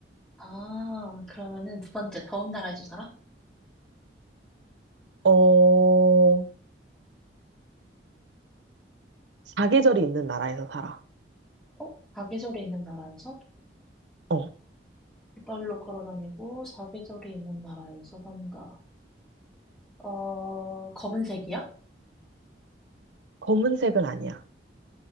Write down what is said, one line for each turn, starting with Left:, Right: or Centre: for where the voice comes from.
Centre: 아, 그러면은 두 번째, 더운 나라에서 살아?
Right: 어 사계절이 있는 나라에서 살아.
Centre: 어? 사계절이 있는 나라에서?
Right: 어.
Centre: 발로 걸어 다니고, 사계절이 있는 나라에서 산다. 어, 검은색이야?
Right: 검은색은 아니야.